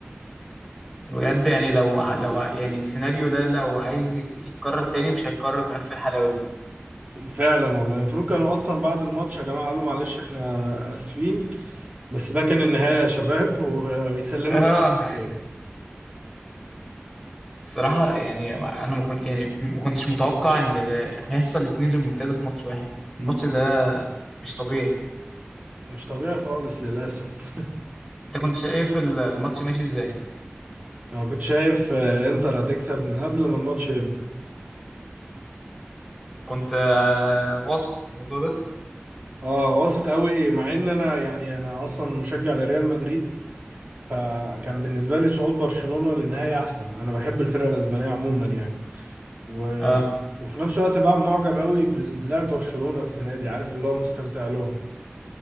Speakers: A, in the centre; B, on the right (about 40°).
A: بجد يعني لو ع- لو ع- يعني السيناريو ده لو عايز ي- يتكرر تاني مش هيتكرر بنفس الحلاوة دي
B: فعلا والله المفروض كانوا اصلا بعد الماتش يا جماعه قالوا معلش احنا اسفين بس ده كان النهايه يا شباب ويسلموا
A: اه
B: للكاس
A: الصراحة يعني ما- أنا ما كنت يعني ما كنتش متوقع إن ده هيحصل اتنين ريمونتادا في ماتش واحد الماتش ده مش طبيعي
B: مش طبيعي خالص للاسف
A: انت كنت شايف الماتش ماشي ازاي
B: <laughs> انا كنت شايف آه، انتر هتكسب من قبل ما الماتش يبدأ
A: كنت آه، واثق في الموضوع ده
B: اه واثق قوي مع ان انا يعني انا اصلا مشجع لريال مدريد فكان بالنسبة لي صعود برشلونة للنهائي أحسن أنا بحب الفرق الأسبانية عموما يعني و...
A: اه
B: وفي نفس الوقت بقى معجب قوي بال- بلعب برشلونة السنة دي عارف اللي هو مستمتع لهم